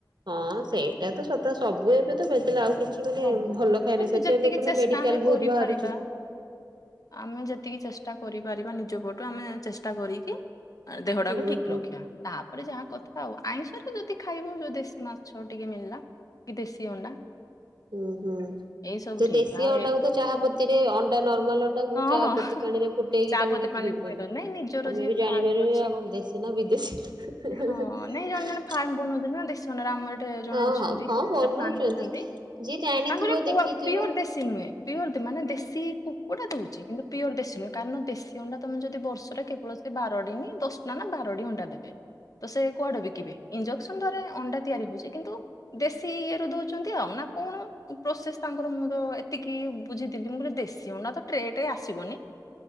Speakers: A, on the right; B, on the left.
A: ହଁ ସେଇଟା ତ ସତ ସବୁ ଏବେ ତ ଭେଦିଲା ଆଉ କିଛି ମାନେ
B: ସବୁ
A: ଭଲ ଖାଇନା
B: ସବୁ
A: ସେଥିପାଇଁ
B: ଯେତିକି
A: ଦେଖୁନ
B: ଚେଷ୍ଟା
A: ମେଡିକାଲ
B: ଆମେ
A: ବହୁତ
B: କରିପାରିବା
A: ବାହାରୁଛି?
B: ଆମେ ଯେତିକି ଚେଷ୍ଟା କରିପାରିବା ନିଜ ପଟୁ ଆମେ ଚେଷ୍ଟା କରିକି ଆ ଦେହ
A: ହୁଁ
B: ଟାକୁ
A: ହୁଁ
B: ଠିକ
A: ହୁଁ
B: ରଖିବା। ତାପରେ ଯାହା କଥା ଆଉ ଆଇଁଷରେ ଯଦି ଖାଇବ ଯୋଉ ଦେଶୀ ମାଛ ଟିକେ ମିଳିଲା। କି ଦେଶି ଅଣ୍ଡା।
A: ଉଁ ହୁଁ।
B: ଏଇ ସବୁ ଠିକ
A: ଦେଶୀ
B: ଆଉ
A: ଅଣ୍ଡାକୁ
B: ଏ
A: ତ ଚାହାପତିରେ ଅଣ୍ଡା ନର୍ମାଲ ଅଣ୍ଡାକୁ
B: ହଁ
A: ଚାହା
B: ହଁ
A: ପତି ପାଣି ରେ ଫୁ ଫୁଟେଇକି
B: ଚା
A: ତାକୁ
B: ପତି
A: ବିକି
B: ପାଣି
A: ଦଉଛନ୍ତି
B: ପୁରେଇଦଉ
A: ତମେ
B: ନାଇଁ ନିଜର ଯିଏ
A: ବି ଜାଣିପାରିବ
B: ଫାର୍ମ ଅଛି
A: ଆ କଣ ଦେଶୀ ନା ବିଦେଶୀ। <unintelligible>
B: ହଁ ନାଇଁ ଜଣେ ଜଣେ ଫାର୍ମ ବନାଉଛନ୍ତି ନା ଦେଶି ଅଣ୍ଡାରେ ଆମର ଏଠ ଜଣେ
A: ହଁ
B: ଅଛନ୍ତି
A: ହଁ ହଁ ବନଉଛନ୍ତି।
B: ସେ ଫାର୍ମ ବନାନ୍ତି।
A: ଯିଏ ଜାଣିଥିବ
B: ତାଙ୍କରି ପୁଅ
A: ଦେଖିଥିବ
B: ପିୟୋର୍ ଦେଶି। ଦେଶି ନୁହେ ପିଓର ମାନେ ଦେଶୀ କୁକୁଡ଼ା ଦଉଛି କିନ୍ତୁ ପିଓର ଦେଶି ନୁହେଁ କାରଣ ଦେଶୀ ଅଣ୍ଡା ତମେ ଯଦି ବର୍ଷରେ କେ ଵଳ ସେ ବାର ଟି ଦଶ ନା ବାର ଟି ଅଣ୍ଡା ଦେବେ।
A: ହ
B: ତ ସେ କୁଆଡେ ବିକିବେ ଇଜସ ରେ ଅଣ୍ଡା ତିଆରି ହଉଛି କିନ୍ତୁ ଦେଶୀ ଇଏ ରୁ ଦଉଛନ୍ତି ଆଉ ନା କଣ ପ୍ରୋସେସ ତାଙ୍କର ମୁଁ ତ ଏତିକି ବୁଝିଥିଲି ମୁଁ କହଲି ଦେଶୀ ଅଣ୍ଡାତ ଟ୍ରେଏଟ୍ରେ ଆସିବ